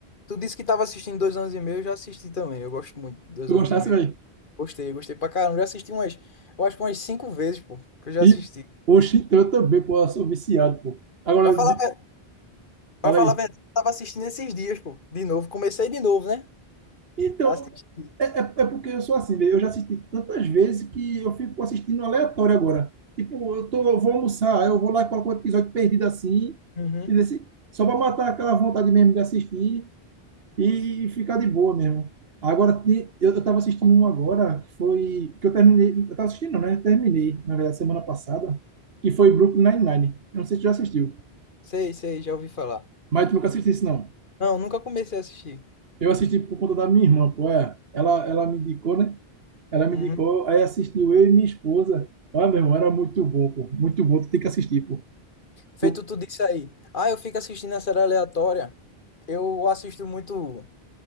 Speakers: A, on the left (about 50°); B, on the right (about 65°).
A: tu disse que tava assistindo Dois Anos e Meio, eu já assisti também. Eu gosto muito de Dois
B: Tu
A: Anos
B: gostasse,
A: e Meio.
B: velho?
A: Gostei, gostei pra caramba. Já assisti umas, eu acho que umas cinco vezes, pô, que eu já
B: E,
A: assisti.
B: oxe, então também, pô, eu sou viciado, pô. Agora,
A: Pra falar,
B: de-
A: a ver- pra
B: fala
A: falar
B: aí.
A: a verdade, eu tava assistindo esses dias, pô, de novo. Comecei de novo, né?
B: Então,
A: Assisti.
B: é, é, é porque eu sou assim, velho. Eu já assisti tantas vezes que eu fico assistindo aleatório agora. Tipo, eu tô, eu vou almoçar, aí eu vou lá e coloco um episódio perdido assim,
A: Uhum.
B: e desse só pra matar aquela vontade mesmo de assistir e ficar de boa mesmo. Agora, tem- eu, eu tava assistindo um agora, que foi, que eu terminei, eu tava assistindo, não, né? Eu terminei, na verdade, semana passada, que foi Brooklyn Nine-Nine. Eu não sei se tu já assistiu,
A: Sei, sei, já ouvi falar.
B: mas tu nunca assististe, não.
A: Não, nunca comecei a assistir.
B: Eu assisti por conta da minha irmã, pô, é. Ela, ela me indicou, né? Ela me
A: Uhum.
B: indicou, aí assistiu eu e minha esposa. Olha, meu irmão, era muito bom, pô. Muito bom, tu tem que assistir, pô.
A: Feito
B: Pô,
A: tudo isso aí. Ah, eu fico assistindo a série aleatória. Eu assisto muito